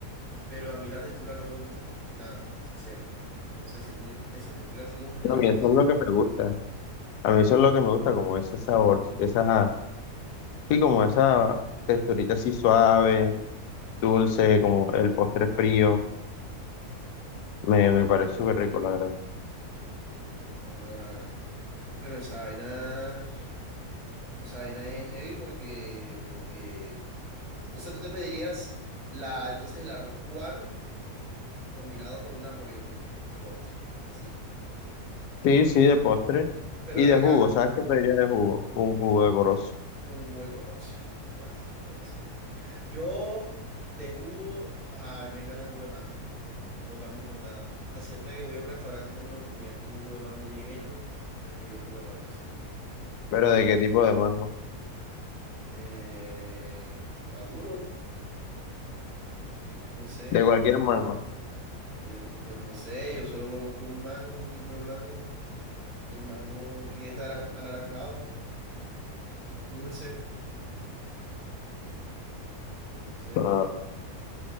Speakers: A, on the right; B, on the left.
A: Pero a mí la textura no me gusta, nada, o sea, cero. No sé, siento que es- esa textura así como gelatinosa.
B: No, A mí eso es lo que me gusta. A mí eso es lo que me gusta, como ese sabor, esa, sí, como esa texturita así suave, dulce, como el postre frío. Me, me parece súper rico, la verdad.
A: No joda. Pero esa vaina, esa vaina es heavy porque, porque, o sea, tú te pedirías la, entonces el arroz cubano combinado con un napoleón de postre, así.
B: Sí, sí, de postre.
A: Pero
B: Y
A: ven
B: de
A: acá,
B: jugo, ¿sabes qué pediría de jugo? Un jugo de corozo.
A: Un huecoroso. <laughs> Así puede ser. Yo de jugo, ay, me encanta el jugo de mango. No lo cambio por nada. O sea, siempre que voy a un restaurante y tengo la oportunidad con un jugo de mango bien hecho, me pido el jugo de mango siempre.
B: ¿Pero
A: Sí.
B: de qué tipo de mango?
A: Eh, maduro, <laughs> no sé.
B: De cualquier mango.
A: Eh, pues no sé, yo solo conozco un mango, un tipo de mango. El mango que es naran- anaranjado, dulce. n- n- No sé.
B: Ah,